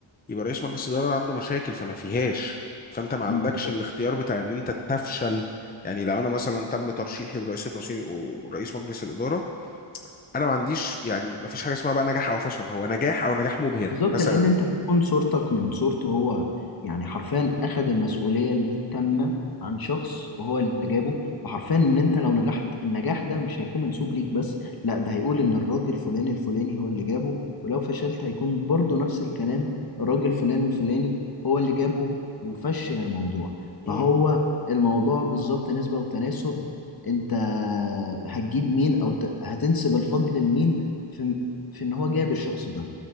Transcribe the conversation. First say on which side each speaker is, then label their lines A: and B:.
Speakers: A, on the left (about 20°); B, on the left (about 45°).
A: يبقى رئيس مجلس الإدارة ده عنده مشاكل فما فيهاش فأنت ما عندكش
B: بالظبط
A: الاختيار بتاع إن أنت تفشل يعني لو أنا مثلا تم ترشيحي برئاسة وسيط ورئيس مجلس الإدارة انا ما عنديش يعني ما فيش حاجه اسمها بقى نجاح او فشل هو نجاح او نجاح مبهر
B: بالظبط
A: مثلا
B: لان انت بتكون صورتك من صورته هو يعني حرفيا اخد المسؤوليه التامه عن شخص وهو اللي جابه فحرفيا ان انت لو نجحت النجاح ده مش هيكون منسوب ليك بس لا ده هيقول ان الراجل فلاني الفلاني هو اللي جابه ولو فشلت هيكون برضه نفس الكلام الراجل فلان الفلاني هو اللي جابه وفشل الموضوع
A: امم
B: فهو الموضوع بالظبط نسبه وتناسب انت هتجيب مين او ت- هتنسب الفضل لمين في في ان هو جاب الشخص ده